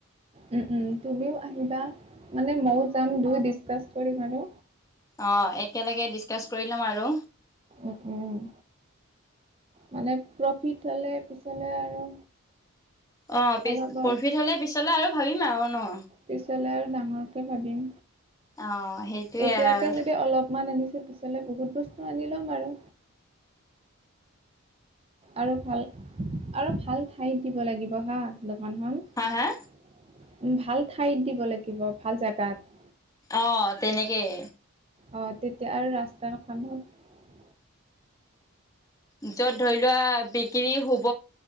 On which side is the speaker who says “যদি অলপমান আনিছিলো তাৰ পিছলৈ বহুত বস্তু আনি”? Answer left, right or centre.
Right